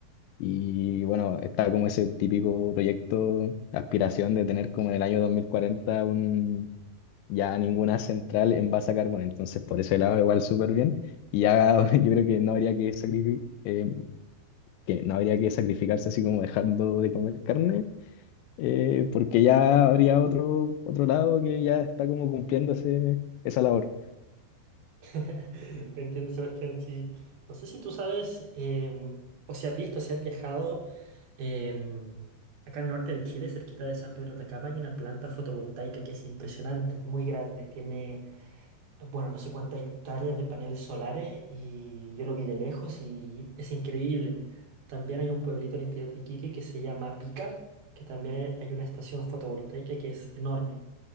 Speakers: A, on the left; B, on the right.
A: Y bueno, está como ese típico proyecto, aspiración de tener como en el año 2040 un, ya ninguna central envasa carbón, entonces por ese lado igual súper bien. Y ya <laughs> yo creo que no habría que sacrifi- eh, que no habría que sacrificarse así como dejando de comer carne, eh, porque ya habría otro, otro lado que ya está como cumpliendo ese- esa labor.
B: <laughs> Te entiendo, Sebastián. Sí. No sé si tú sabes, em, o si has visto, si has viajado, em, acá al norte de Chile, cerquita de San Pedro de Atacama, hay una planta fotovoltaica que es impresionante, muy grande. Tiene bueno, no sé cuántas hectáreas de paneles solares y yo lo vi de lejos y es increíble. También hay un pueblito al interior de Iquique que se llama Pica, que también hay una estación fotovoltaica que es enorme.